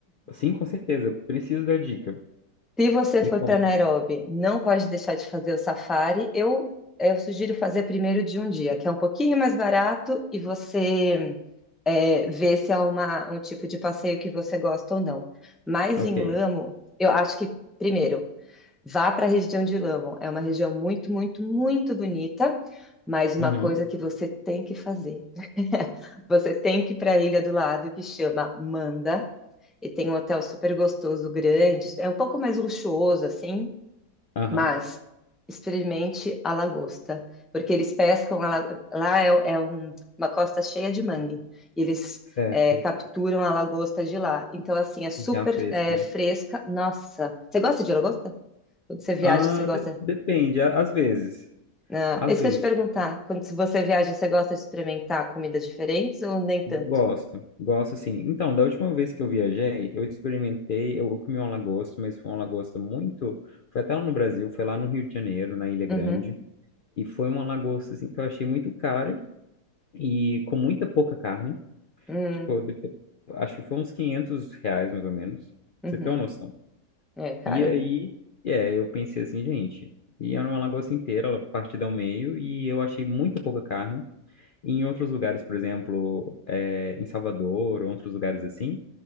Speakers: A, on the left; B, in the centre.
A: sim, com certeza. Preciso da dica.
B: Se você
A: Me
B: for
A: conta.
B: para Nairobi, não pode deixar de fazer o safari. Eu, eu sugiro fazer primeiro de um dia, que é um pouquinho mais barato e você é, vê se é uma, um tipo de passeio que você gosta ou não. Mas
A: Ok.
B: em Lamo, eu acho que, primeiro, vá para a região de Lamo. É uma região muito, muito, muito bonita, mas uma
A: Uhum.
B: coisa que você tem que fazer. <laughs> Você tem que ir para a ilha do lado, que chama Manda. E tem um hotel super gostoso, grande. É um pouco mais luxuoso, assim,
A: Aham.
B: mas experimente a lagosta, porque eles pescam a la- lá é, é um- uma costa cheia de mangue. E eles
A: Certo.
B: é, capturam a lagosta de lá. Então, assim, é super
A: Já fresca,
B: é,
A: né?
B: fresca. Nossa, você gosta de lagosta? Quando você viaja,
A: Ah,
B: você gosta?
A: de- depende, a- às vezes.
B: Ah,
A: Às
B: é isso
A: vezes.
B: que eu ia te perguntar. Quando se você viaja, você gosta de experimentar comidas diferentes ou nem tanto?
A: Gosto, gosto sim. Então, da última vez que eu viajei, eu experimentei, eu comi um lagosta, mas foi um lagosta muito. Foi até lá no Brasil, foi lá no Rio de Janeiro, na Ilha Grande,
B: Uhum.
A: e foi uma lagosta assim que eu achei muito caro e com muita pouca carne.
B: Hum,
A: Tipo, eu devo ter- acho que foi uns 500 reais mais ou menos.
B: uhum.
A: Pra você ter uma noção.
B: É, cara.
A: E aí, é, eu pensei assim, gente, e era uma lagosta inteira, ela partida ao meio, e eu achei muito pouca carne. E em outros lugares, por exemplo, é, em Salvador, ou outros lugares assim,